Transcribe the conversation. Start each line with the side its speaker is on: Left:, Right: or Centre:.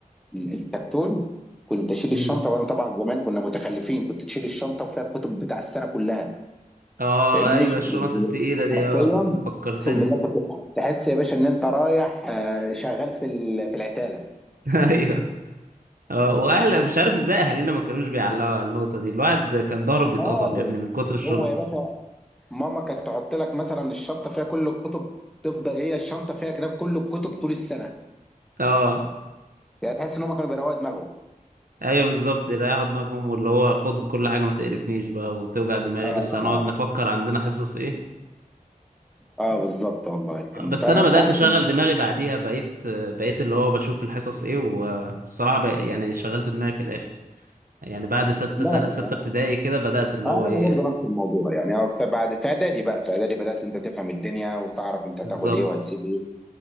Centre: ال- الكرتون كنت اشيل الشنطه
Right: امم
Centre: وانا طبعا زمان كنا متخلفين كنت تشيل الشنطه وفيها الكتب بتاع السنه كلها
Right: اه
Centre: فاهمني
Right: ايوه الشنط
Centre: يعني
Right: التقيله دي
Centre: حرفيا
Right: اه فكرتني
Centre: اقسم بالله كنت تحس يا باشا ان انت رايح آه، شغال في ال- في العتاله
Right: <laughs> ايوه اه واهل مش عارف ازاي اهالينا ما كانوش بيعلقوا على النقطه دي الواحد كان ضهره بيتقطم
Centre: خالص
Right: يا ابني من كتر الشنط
Centre: هو يا باشا ماما كانت تحط لك مثلا الشنطه فيها كل الكتب تفضل هي الشنطه فيها كتاب كل الكتب طول السنه
Right: اه
Centre: يعني تحس ان هم كانوا بيروقوا دماغهم
Right: ايوه بالظبط يريحوا دماغهم واللي هو خد كل حاجه ما تقرفنيش بقى وتوجع دماغي
Centre: اه اه
Right: لسه هنقعد نفكر عندنا حصص ايه
Centre: اه بالظبط والله كان
Right: بس
Centre: فانا
Right: انا
Centre: كنت
Right: بدات
Centre: عارف
Right: اشغل
Centre: إن-
Right: دماغي بعديها بقيت بقيت اللي هو بشوف الحصص ايه والصراحه بق- يعني شغلت دماغي في الاخر يعني بعد ستة
Centre: لا
Right: سنة
Centre: لا
Right: ستة ابتدائي كده بدأت اللي
Centre: آه
Right: هو ايه
Centre: انا برضه نفس الموضوع يعني هو بسبب بعد في اعدادي بقى في اعدادي بدات انت تفهم الدنيا وتعرف انت هتاخد
Right: بالظبط
Centre: ايه وهتسيب ايه